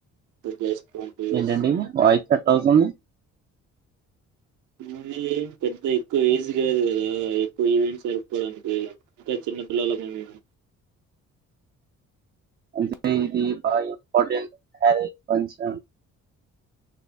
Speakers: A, on the right; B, on the right.
A: just twenty years
B: ఏంటండి వాయిస్ కట్ అవుతుంది
A: మీది పెద్ద ఎక్కువ ఏజ్ కాదు కదా ఎక్కువ ఈవెంట్ సరుపుకోవడానికి ఇంకా చిన్న పిల్లలమా మేము
B: అంటే ఇది బా ఇంపార్టెంట్ హా ఫంక్షన్